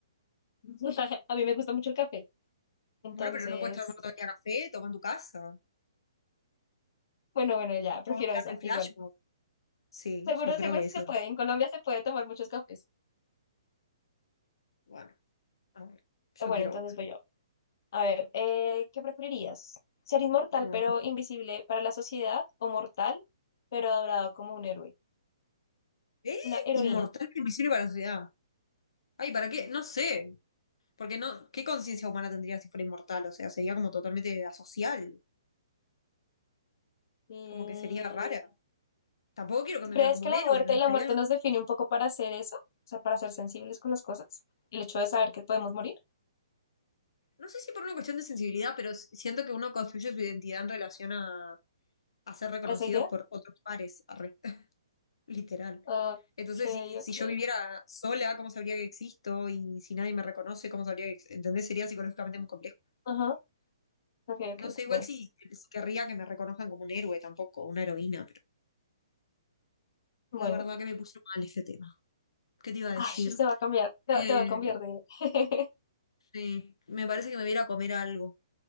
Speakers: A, on the left; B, on the left.
A: <laughs> O sea, A mí me gusta mucho el café. Entonces,
B: Bueno, pero no puedes tomar todo el día café, toma en tu casa.
A: bueno, bueno, ya, prefiero
B: O bancate
A: esa,
B: el flash
A: igual.
B: mob. Sí,
A: Seguro,
B: yo creo
A: seguro
B: que
A: sí
B: eso.
A: se puede. En Colombia se puede tomar muchos cafés.
B: Bueno, a ver, yo
A: Pero bueno,
B: quiero
A: entonces voy yo. A ver, eh, ¿qué preferirías? ¿Ser inmortal
B: uno.
A: pero
B: No.
A: invisible para la sociedad o mortal pero adorado como un héroe,
B: ¿Eh?
A: una heroína?
B: Inmortal pero invisible para la sociedad. Ay, ¿para qué? No sé. Porque no, ¿qué conciencia humana tendría si fuera inmortal? O sea, sería como totalmente asocial,
A: Mm,
B: como que sería rara. Tampoco quiero que
A: ¿tú
B: me
A: ¿crees
B: vean como
A: que
B: un
A: la
B: héroe,
A: muerte,
B: me gustaría,
A: la muerte nos define un poco para hacer eso? O sea, para ser sensibles con las cosas. El hecho de saber que podemos morir,
B: no sé si por una cuestión de sensibilidad, pero s- siento que uno construye su identidad en relación a, a ser reconocidos
A: ¿a esa idea?
B: por otros pares, arre, <laughs> literal.
A: Ok,
B: Entonces, si, si
A: ok.
B: yo viviera sola, ¿cómo sabría que existo? Y si nadie me reconoce, ¿cómo sabría que existo? ¿Entendés? Sería psicológicamente muy complejo.
A: Ajá, ok, ok.
B: No sé, igual
A: Bueno,
B: si, si querría que me reconozcan como un héroe tampoco, una heroína, pero
A: bueno.
B: la verdad que me puso mal este tema. ¿Qué te iba a
A: Ay,
B: decir?
A: <laughs> te va a cambiar, te
B: Eh,
A: va, te va a cambiar de... <laughs>
B: sí, me parece que me voy a ir a comer algo,